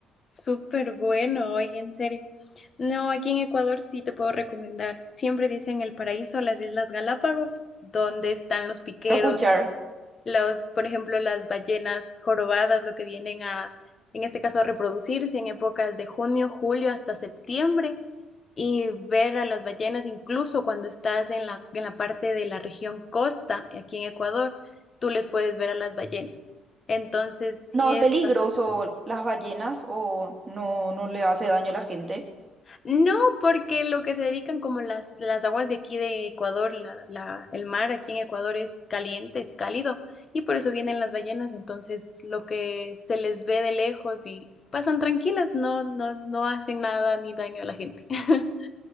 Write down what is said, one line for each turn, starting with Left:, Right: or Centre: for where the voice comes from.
Left: Súper bueno, oye, en serio. No, aquí en Ecuador sí te puedo recomendar. Siempre dicen el paraíso, las Islas Galápagos, donde están los piqueros,
Right: Quiero escuchar.
Left: los, por ejemplo, las ballenas jorobadas, lo que vienen a, en este caso, a reproducirse en épocas de junio, julio hasta septiembre y ver a las ballenas, incluso cuando estás en la, en la parte de la región costa, aquí en Ecuador, tú les puedes ver a las ballenas. Entonces,
Right: No
Left: sí
Right: es
Left: es
Right: peligroso
Left: bastante bonito.
Right: las ballenas o no, no le hace daño a la gente.
Left: No, porque lo que se dedican como las, las aguas de aquí de Ecuador, la, la, el mar aquí en Ecuador es caliente, es cálido, y por eso vienen las ballenas, entonces lo que se les ve de lejos y pasan tranquilas, no, no, no hacen nada ni daño a la gente. <laughs>